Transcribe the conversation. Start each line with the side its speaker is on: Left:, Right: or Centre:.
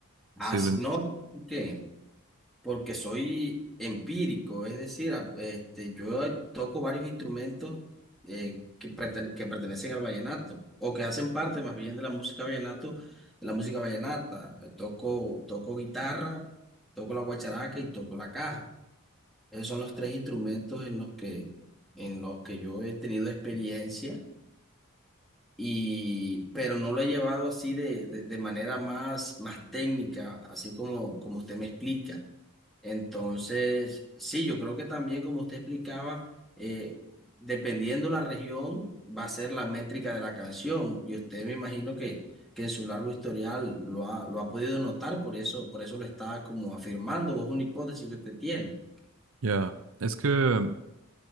Centre: Así,
Right: Sí, lo, en-
Centre: no, ¿qué? porque soy empírico, es decir, a- este, yo eh, toco varios instrumentos eh, que, pertene- que pertenecen al vallenato o que hacen parte más bien de la música vallenato, de la música vallenata. Eh, Toco, toco guitarra, toco la guacharaca y toco la caja. Esos son los tres instrumentos en los que, en los que yo he tenido experiencia. Y, pero no lo he llevado así de, de, de manera más, más técnica, así como, como usted me explica. Entonces, sí, yo creo que también, como usted explicaba, eh, dependiendo la región, va a ser la métrica de la canción. Y usted me imagino que, que en su largo historial lo ha, lo ha podido notar, por eso, por eso lo está como afirmando, o es una hipótesis que usted tiene.
Right: Ya, Es que eh,